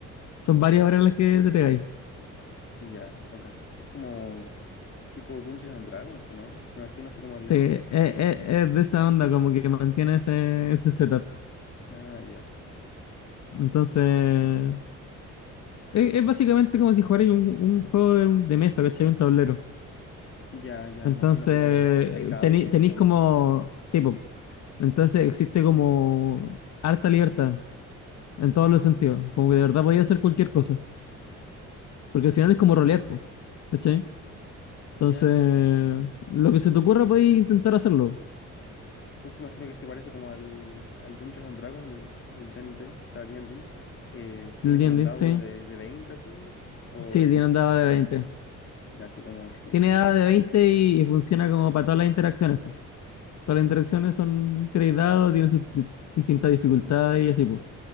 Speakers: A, on the left (about 65°); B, on the left (about 45°).
A: son varias horas las que te pegáis.
B: Ya, ok. Es como tipo Dungeons and Dragons, ¿o ¿no? Me imagino así como el
A: Sí,
B: estilo.
A: es, es- es de esa onda, como que mantiene ese, ese setup.
B: Ah, ya.
A: Entonces, es, es básicamente como si jugarais un, un juego de, de mesa, ¿cachai? Un tablero.
B: Ya, ya,
A: Entonces,
B: imagino así como. ¿Hay dado
A: teni-
B: y todo
A: tenéis
B: eso?
A: como. Sí, po. Entonces, existe como harta libertad en todos los sentidos. Como que de verdad podía hacer cualquier cosa. Porque al final es como rolear, po, ¿cachai? Entonces,
B: Ya,
A: lo que se te ocurra podéis intentar hacerlo.
B: entonces imagino que se parece como al, al Dungeons and Dragons, el, el D&D, o sea, D&D. Eh, tiene
A: ¿Entiendes?
B: como un dado
A: Sí.
B: de, de 20 así, o
A: Sí,
B: eh,
A: Dean andaba de 20.
B: ya así como, sí.
A: Tiene
B: eh,
A: dado de 20 y, y funciona como para todas las interacciones. po. Todas las interacciones son tres dados, tienen sus di- distintas dificultades y así, po.